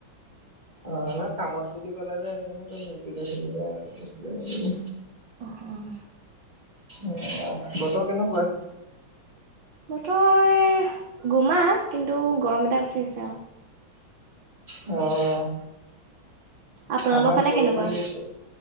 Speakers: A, on the right; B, on the right.
A: অ' না কামত বুলি ক'লে যে, সেইকাৰণে কলো ৰেপিড, চেপিদ আনিব গৈছিল নেকি।
B: <unintelligible>
A: উম, বতৰ কেনেকুৱা?
B: বতৰ গোমা, কিন্তু গৰম এটা উঠি আছে আৰু। <inaudible>
A: অ'।
B: আপোনালোকৰ
A: আমাৰ
B: ফালে
A: ইয়াত
B: কেনেকুৱা?
A: বৰষুণ দি আছে,